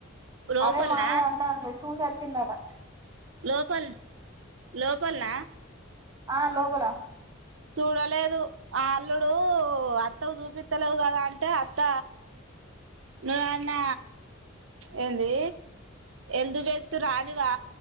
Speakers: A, on the right; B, on the right.
A: లోపల్నా
B: అదే మామయ్య అంటాండు చూసి వచ్చిండట
A: లోపల్ లోపలనా
B: ఆ లోపల
A: చూడలేదు ఆల్ అల్లుడు అత్తకు చూపితలేవు కదా అంటే అత్త మీ ఆయన ఏ ఏంది ఎందుకేతిర్రు రానిరా